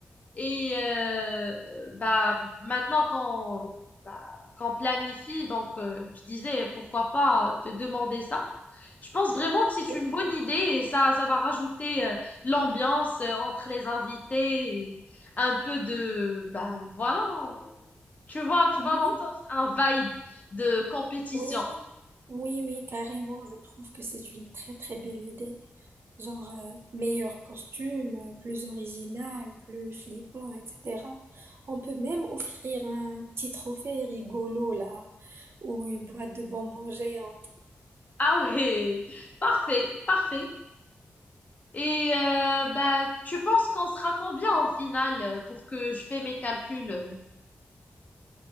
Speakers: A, on the left; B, on the right.
A: et euh, bah, maintenant qu'on bah, qu'on planifie, donc euh, je disais pourquoi pas te demander ça. Je pense vraiment que c'est
B: Oui,
A: une bonne idée et ça, ça va rajouter euh, l'ambiance euh, entre les invités, et un peu de, bah voilà, tu vois, tu
B: oui,
A: vois l'ambiance, un vibe de compétition.
B: oui, oui, oui, carrément. Je trouve que c'est une très, très belle idée. Genre, euh, meilleur costume, euh, plus original, plus flippant, etc. On peut même offrir un petit trophée rigolo, là, ou une boîte de bonbons géante.
A: Ah ouais, parfait, parfait. Et euh, bah, tu penses qu'on sera combien au final euh, pour que je fais mes calculs? euh